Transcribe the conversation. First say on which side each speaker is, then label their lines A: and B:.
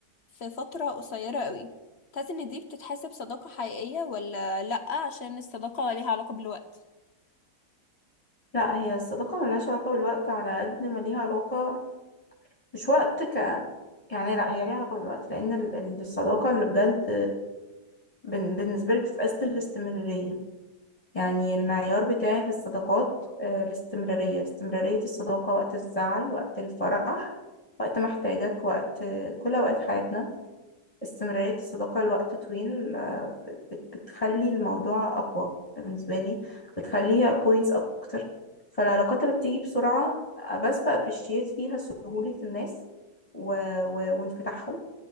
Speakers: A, on the left; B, on the left.
A: في فترة قصيرة قوي تحسي إن دي بتتحسب صداقة حقيقية ولا لأ عشان الصداقة ليها علاقة بالوقت
B: لا هي الصداقة ملهاش علاقة بالوقت على قد ما ليها علاقة مش وقت ك يعني لا هي ليها علاقة بالوقت لأن ال- ال- الصداقة اللي بجد بن- بالنسبة لي بتتقاس بالاستمرارية يعني المعيار بتاعي في الصداقات آه، الاستمرارية استمرارية الصداقة وقت الزعل وقت الفرح وقت ما احتاجك وقت آه، كل أوقات حياتنا استمرارية الصداقة لوقت طويل آه، بت- بتخلي الموضوع أقوى بالنسبة لي بتخليها بوينتس أكتر فالعلاقات اللي بتيجي بسرعة آه، بس بأبريشيت فيها سهولة الناس و... و... وانفتاحهم